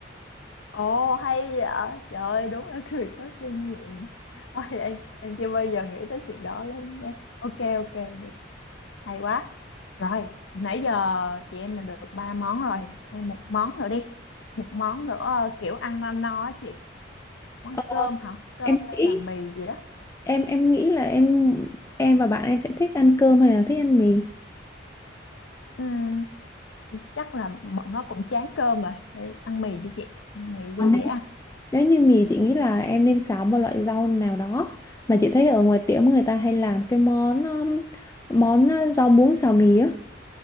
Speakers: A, on the left; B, on the left.
A: Ồ hay vậy Trời ơi đúng là <laughs> người có kinh nghiệm Ôi em, em chưa bao giờ nghĩ tới chuyện đó luôn nha Ok ok vậy hay quá Rồi nãy giờ chị em mình được ba món rồi Thêm một món nữa đi Một món nữa ờ, kiểu ăn no no á chị Món
B: Ờ,
A: cơm hả Cơm
B: em
A: hay
B: nghĩ
A: là mì gì đó
B: em em nghĩ là em em và bạn em sẽ thích ăn cơm hay là thích ăn mì
A: Ừm, Chắc là bọn nó cũng chán cơm rồi Thì Ăn mì đi chị Ăn mì
B: Ờ,
A: cho dễ ăn
B: Nếu như mì chị nghĩ là em nên xào một loại rau nào đó mà chị thấy ở ngoài tiệm người ta hay làm cái món um, món uh, rau muống xào mì á.